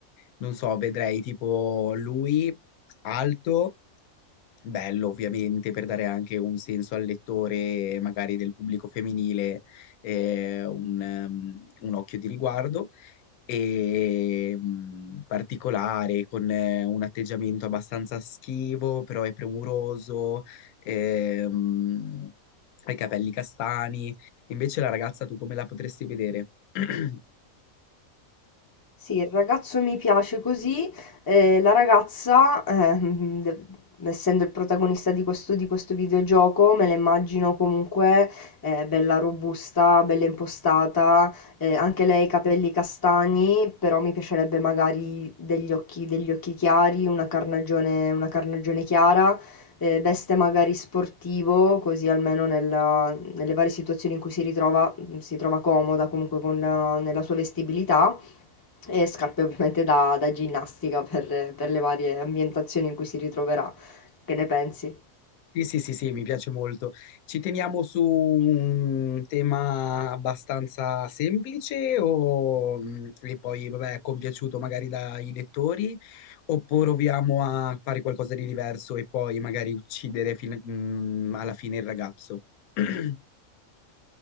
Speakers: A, on the left; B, on the left.
A: Non so, vedrei tipo lui alto bello ovviamente per dare anche un senso al lettore, magari del pubblico femminile, eh, un, ehm, un occhio di riguardo e mh, particolare, con eh, un atteggiamento abbastanza schivo, però è premuroso, ehm, ha i capelli castani. Invece la ragazza, tu come la potresti vedere? <clears throat>
B: Sì, il ragazzo mi piace così, eh, la ragazza, eh, mm, de- essendo il protagonista di questo, di questo videogioco, me la immagino comunque eh, bella robusta, bella impostata, eh, anche lei capelli castani, però mi piacerebbe magari degli occhi, degli occhi chiari, una carnagione, una carnagione chiara, eh, veste magari sportivo, così almeno nella- nelle varie situazioni in cui si ritrova, si trova comoda comunque con la- nella sua vestibilità e scarpe ovviamente da, da ginnastica per, per le varie ambientazioni in cui si ritroverà. Che ne pensi?
A: Sì, sì, sì, sì, mi piace molto. Ci teniamo su un tema abbastanza semplice o mm, che poi, vabbè, è compiaciuto magari dai lettori, oppure proviamo a fare qualcosa di diverso e poi magari uccidere fine- mm, alla fine il ragazzo. <clears throat>